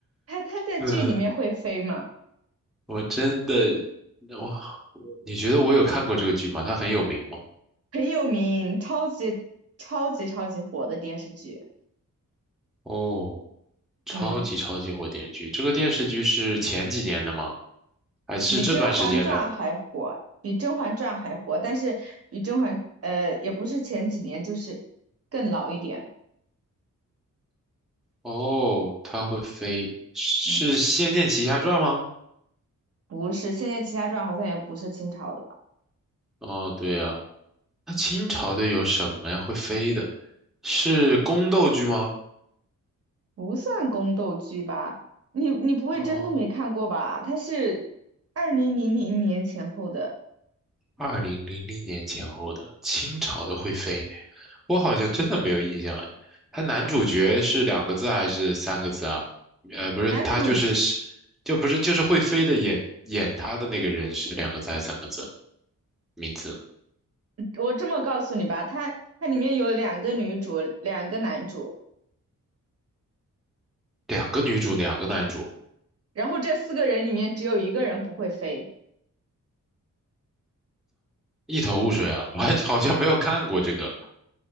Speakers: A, on the right; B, in the centre.
A: 他他在剧里面会飞嘛，
B: 嗯，我真的，我我你觉得我有看过这个剧吗？它很有名吗？
A: 很有名，超级超级超级火的电视剧，
B: 哦。超级超级火电视剧，
A: 嗯，
B: 这个电视剧是前几年的吗？还是这段时间的？
A: 比《甄嬛传》还火，比《甄嬛传》还火，但是比《甄嬛》呃也不是前几年，就是更老一点，
B: 哦，它会飞，是《仙剑奇侠传》吗？
A: 嗯，不是，现在《齐家传》好像也不是清朝的吧，
B: 哦，对啊，那清朝的有什么呀？会飞的，是宫斗剧吗？
A: 不算宫斗剧吧？你你不会真的没看过吧？
B: 哦，
A: 它是二零零零年前后的，
B: 二零零零年前后的清朝的会飞，我好像真的没有印象哎。他男主角是两个字还是三个字啊？呃，不是，
A: 男主，
B: 他就是是，就不是就是会飞的演演他的那个人是两个字还是三个字？名字，
A: 我这么告诉你吧，它它里面有两个女主，两个男主，
B: 两个女主，两个男主，
A: 然后这四个人里面只有一个人不会飞
B: 一头雾水啊！<laughs> 我还好像没有看过这个